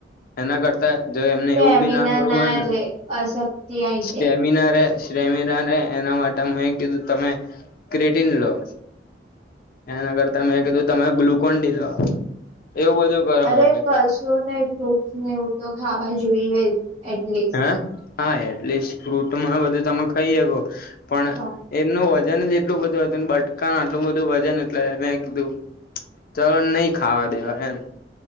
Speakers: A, on the left (about 55°); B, on the right (about 30°).
A: એના કરતા જોઈ તમને
B: સ્ટેમિના
A: એવું બી ના કરવું હોય ને
B: રે અશક્તિ આઈ
A: સ્ટેમિના
B: જાય
A: રે પ્રેમીરાને એના માટે મેં કીધું તમે ક્રેટીન લો એના કરતા મે કીધું તમે ગ્લુકોન ડી લો એવું બધું કરો
B: અરે
A: મેં કીધું
B: કશું નય ફ્રૂટસ ને એવું તો ખાવા જોઈએ જ એટલીસ્ટ
A: હે હા એટલીસ્ટ ફ્રૂટમાં બધું તમે ખાઈ શકો પણ
B: તો
A: એમનું વજન જ એટલું બધું હતું બટકા ના આટલું બધું વજન એટલે મેં કીધું ચલો ને નય ખાવા દેવા એમ